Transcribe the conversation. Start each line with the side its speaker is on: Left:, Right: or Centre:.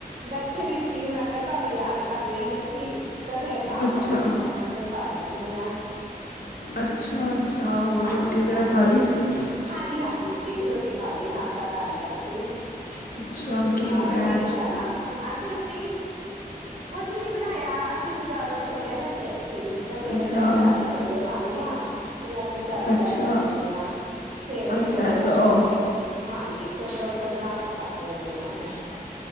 Right: ਬੈਠੇ ਦੀ ਸੀ ਮੈਂ ਕਿਹਾ ਤੁਹਾਨੂੰ ਯਾਦ ਕਰ ਲਈ ਆਸੀ ਤੇ ਫੇਰ ਤਾਂ
Left: ਅੱਛਾ
Right: ਫੋਨ ਕੀਤਾ ਮੈਂ ਕਿਹਾ ਕੱਲ ਲੈਨੇ ਆ
Left: ਅੱਛਾ ਅੱਛਾ ਹੋਰ
Right: ਹਾਂਜੀ,
Left: ਰੋਟੀ ਵਗੈਰਾ
Right: ਹਾਂਜੀ।
Left: ਖਾ ਲਈ ਸੀ
Right: ਹਾਂਜੀ, ਹਾਂਜੀ। ਰੋਟੀ ਖਾ ਲਈ। ਨਾਸ਼ਤਾ ਕਰ ਲਿਆ ਸੀ।
Left: ਅੱਛਾ
Right: ਤੁਸੀਂ ਸੁਣਾਓ,
Left: ਕੀ ਬਣਾਇਆ
Right: ਤੁਸੀਂ ਕੀਤਾ
Left: ਅੱਜ
Right: ਨਾਸ਼ਤਾ ਅੱਜ ਅਸੀ, ਕੁਛ ਨੀ ਬਣਾਇਆ। ਅਸੀਂ ਬਾਜ਼ਾਰੋਂ ਛੋਲੇ ਲੈ ਕੇ ਆਏ ਸੀ। ਬੱਚੇ ਕਹਿੰਦੇ,
Left: ਅੱਛਾ
Right: ਬਾਜ਼ਾਰ ਦੇ ਛੋਲੇ ਖਾਣੇ ਆ, ਤੇ ਮੈਂ ਕੇ ਚੱਲ
Left: ਅੱਛਾ
Right: ਲੈ ਕੇ ਆਉਂਦੇ ਹਾਂ। ਫੇਰ ਅਸੀਂ
Left: ਅੱਛਾ
Right: ਉਹਦੇ
Left: ਅੱਛਾ
Right: ਨਾਲ,
Left: ਉਹ
Right: ਪਰੌਠੇ, ਹਾਂਜੀ, ਫੇਰ ਪਰੌਠੇ ਬਣਾ ਕੇ ਖਾਧੇ ਉਹਦੇ ਨਾਲ।